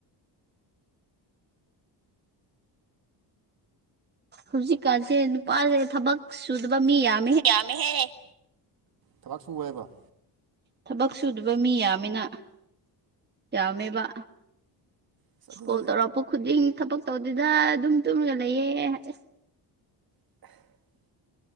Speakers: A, on the right; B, on the right.
A: ꯍꯧꯖꯤꯛꯀꯥꯟꯁꯦ ꯅꯨꯄꯥꯁꯦ ꯊꯕꯛ ꯁꯨꯗꯕ ꯃꯤ ꯌꯥꯝ__
B: ꯌꯥꯝꯃꯦꯍꯦ ꯊꯕꯛ ꯁꯨꯕ ꯍꯥꯏꯕ
A: ꯊꯕꯛ ꯁꯨꯗꯕ ꯃꯤ ꯌꯥꯝꯃꯤꯅꯥ ꯌꯥꯝꯃꯦꯕ
B: ꯑꯁ ꯑꯗꯨꯗꯨ
A: ꯀꯣꯜ ꯇꯧꯔꯛꯄ ꯈꯨꯗꯤꯡ ꯊꯕꯛ ꯇꯧꯗꯦꯗ ꯑꯗꯨꯝ ꯇꯨꯝꯔꯒ ꯂꯩꯌꯦ ꯍꯥꯏꯌꯦ
B: ꯑꯦꯍ